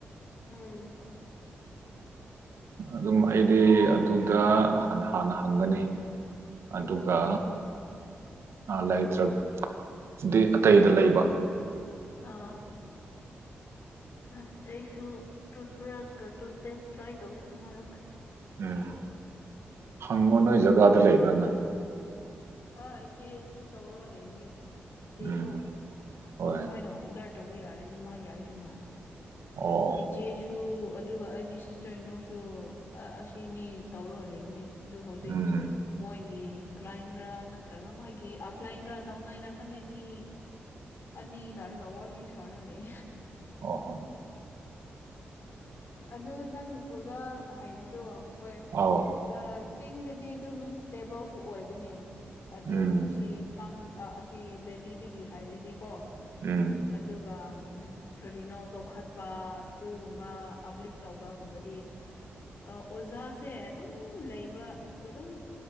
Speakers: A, on the left; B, on the right.
A: ꯎꯝ
B: ꯑꯗꯨꯝ ꯑꯩꯗꯤ ꯑꯗꯨꯗ ꯍꯥꯟꯅ ꯍꯪꯒꯅꯤ ꯑꯗꯨꯒ
A: ꯎꯝ
B: ꯂꯩꯇ꯭ꯔꯗꯤ ꯑꯇꯩꯗ ꯂꯩꯕ
A: ꯑꫭ ꯑꯁ ꯑꯩꯁꯨ ꯇꯨꯠꯕ꯭ꯔꯁꯀ ꯇꯨꯠꯄꯦꯁ ꯇ꯭ꯔꯥꯏ ꯇꯧꯋ‌ꯦ ꯑꯃꯨꯔꯛ
B: ꯎꯝ ꯍꯪꯉꯣ ꯅꯣꯏ ꯖꯒꯥꯗ ꯂꯩꯕ꯭ꯔꯅ
A: ꯑ ꯏꯆꯦ ꯑꯁꯤ ꯇꯧꯔ ꯂꯩꯕꯅꯤ ꯆꯦꯀꯣ
B: ꯎꯝ ꯍꯣꯏ
A: ꯃꯣꯏꯅ ꯑꯣꯗꯔ ꯇꯧꯕ ꯌꯥꯔꯅꯤ ꯃꯥꯒꯤ ꯑꯥꯏꯗꯤꯅ
B: ꯑꯣ
A: ꯏꯆꯦꯁꯨ ꯑꯗꯨꯒ ꯑꯩꯒꯤ ꯁꯤꯁꯇꯔ ꯏꯟꯅꯣꯁꯨ ꯑꯁꯤꯅꯤ ꯇꯧꯔꯒ ꯂꯩꯕꯅꯤ ꯑꯗꯨ ꯍꯧꯖꯤꯛ
B: ꯎꯝ
A: ꯃꯣꯏꯒꯤ ꯀ꯭ꯂꯥꯏꯟꯔꯥ ꯅꯠꯇ꯭ꯔꯒ ꯃꯣꯏꯒꯤ ꯑꯞꯂꯥꯏꯟꯔ ꯗꯥꯎꯂꯥꯏꯟꯔ ꯈꯪꯗꯦ ꯃꯤ ꯑꯅꯤ ꯂꯥꯛꯑꯒ ꯋꯥꯔꯤ ꯁꯥꯔ ꯂꯩ
B: ꯑꯣ ꯍꯣ
A: ꯑꯗꯨ ꯅꯪ ꯑꯣꯖꯥ ꯍꯥꯏꯕꯗꯣ ꯍꯣꯏ
B: ꯑꯥꯎ
A: ꯑꯥ ꯆꯤꯡꯗꯗꯤ ꯑꯗꯨꯝ ꯏꯁꯇꯦꯕꯜꯁꯨ ꯑꯣꯏꯕꯅꯦ ꯑꯗꯤ
B: ꯎꯝ
A: ꯑꯁꯤ ꯇꯝ ꯑꯁꯤ ꯕꯦꯂꯤꯗꯒꯤ ꯍꯥꯏꯔꯗꯤꯀꯣ
B: ꯎꯝ
A: ꯑꯗꯨꯒ ꯎꯝ ꯀꯔꯤꯅꯣ ꯆꯥꯎꯈꯠꯄ ꯏꯁꯀꯨꯜꯒꯨꯝꯕ ꯑꯞꯂꯤꯞ ꯇꯧꯕꯒꯨꯝꯕꯗꯤ ꯑꯥ ꯑꯣꯖꯥꯁꯦ ꯑꯗꯨꯝ ꯂꯩꯕ ꯑꯗꯨꯝ